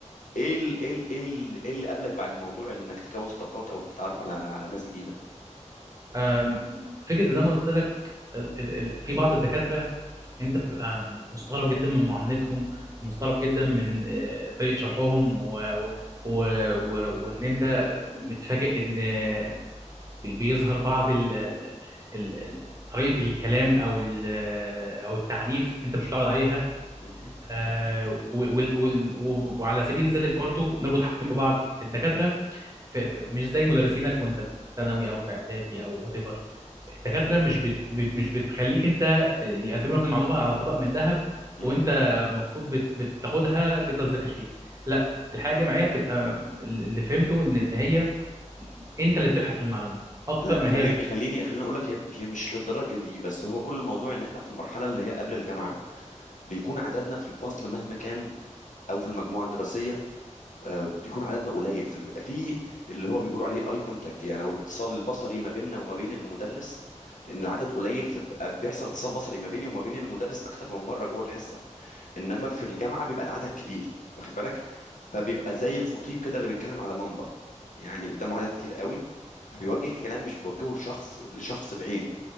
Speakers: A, on the left (about 85°); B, on the right (about 25°).
A: ايه ال ايه ال ايه ال ايه اللي قابلك بعد موضوع انك تكون صداقات او تتعرف على على ناس جديده
B: آم، فكرة زي ما قلت لك ال- ال- ال- في بعض الدكاترة انت بتبقى مستغرب جدا من معاملتهم ومستغرب جدا من آه، طريقة شرحهم و... و... و... و... وان انت متفاجئ ان آه، بي- بيظهر بعض ال... ال... ال... ال- طريقة الكلام او ال... آه، او التعنيف انت مش متعود عليها
A: م- م-
B: آه، و- وال- وال- و- وعلى سبيل ذلك برضو نربط حاجتين ببعض الدكاترة في في- مش زي مدرسينك وانت في ثانوي او في اعدادي او وات ايفر الدكاترة مش بت بت- مش بتخليك انت ت- يقدموا لك المعلومة على طبق من ذهب
A: م-
B: وانت
A: م.
B: المفروض بت بتاخدها تفضل تذاكر فيها لا الحياة الجامعية بتبقى اللي فهمته ان هي انت اللي بتبحث عن المعلومة اكتر
A: لا
B: ما هي
A: خليني
B: بتجيب
A: خليني خليني اقول لك هي هي مش للدرجه دي بس هو كل الموضوع ان احنا في المرحله اللي هي قبل الجامعه بيكون عددنا في الفصل مهما كان او في المجموعه الدراسيه آه، بيكون عددنا قليل فبيبقى في اللي هو بيقولوا عليه الاي كونتاكت يعني او الاتصال البصري ما بيننا وما بين المدرس لان العدد قليل فبيبقى بيحصل اتصال بصري ما بيني وما بين المدرس اكتر من مره جوه الحصه انما في الجامعه بيبقى العدد كبير واخد بالك فبيبقى زي الخطيب كده اللي بيتكلم على منبر يعني قدامه عدد كتير قوي فبيوجه كلام مش بيوجهه لشخص لشخص بعينه